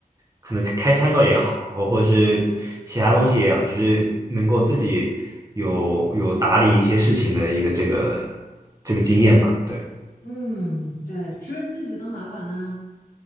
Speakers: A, on the right (about 20°); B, on the left (about 75°).
A: 可能开餐馆也好，或者是其他东西也好，就是能够自己有有打理一些事情的一个这个这个经验吧。对，
B: 嗯，对，其实自己当老板呢，